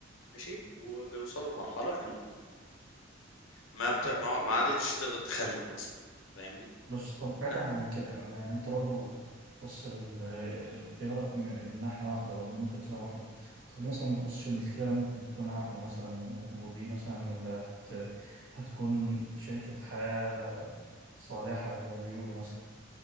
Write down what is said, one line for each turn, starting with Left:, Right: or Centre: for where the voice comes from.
Left: ماشي وبيوصلوا لمرحله انهم ما بت... ما ما عادتش تقدر تخلف مثلا فاهمني
Right: بس طب بعيدا
Left: لا
Right: عن كده أنا انت برضو بتبص للاختيارات من من ناحية واحدة او من ممكن تكون واحدة طب ليه مثلا ما تبصش ان الكبيرة ممكن تكون عقل مثلا و- ودي مثلا اللي هت... هتكون شريكة حياة صالحة زي ما بيقولوا مثلا